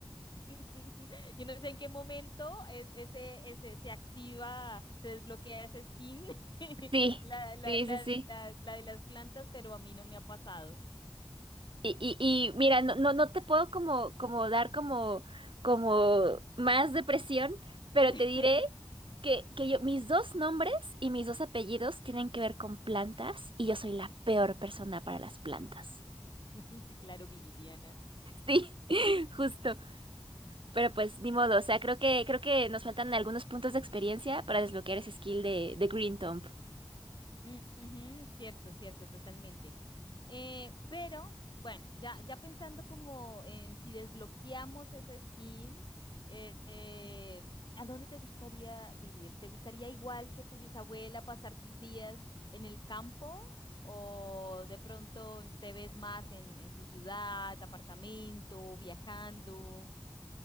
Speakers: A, on the left (about 60°); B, on the right (about 80°).
A: <laughs> Yo no sé en qué momento es, ese, ese, se activa, se desbloquea esa skin, <laughs>
B: Sí,
A: la, la,
B: sí,
A: la,
B: sí, sí.
A: la, la de las plantas, pero a mí no me ha pasado.
B: Y, y, y mira, no, no, no te puedo como, como dar como, como más depresión, pero
A: <laughs>
B: te diré que, que yo, mis dos nombres y mis dos apellidos tienen que ver con plantas y yo soy la peor persona para las plantas.
A: Sí, claro, Viridiana.
B: Sí, <laughs> justo. Pero pues ni modo, o sea, creo que, creo que nos faltan algunos puntos de experiencia para desbloquear ese skill de, de Green Thumb.
A: Mm, ujú, cierto, cierto, totalmente. Eh, pero bueno, ya, ya pensando como en si desbloqueamos esa skin, eh, eh, ¿a dónde te gustaría vivir? ¿Te gustaría igual que tu bisabuela pasar tus días en el campo o de pronto te ves más en, en tu ciudad, apartamento, viajando?